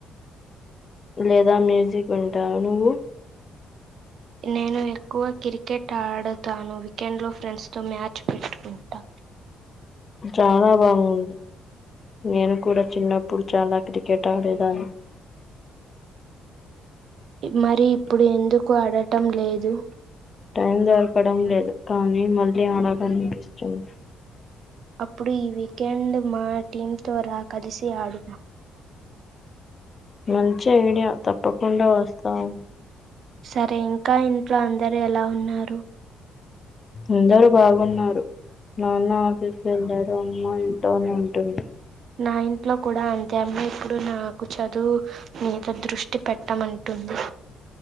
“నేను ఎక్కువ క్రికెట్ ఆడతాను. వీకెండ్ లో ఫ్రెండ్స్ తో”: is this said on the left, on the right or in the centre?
Right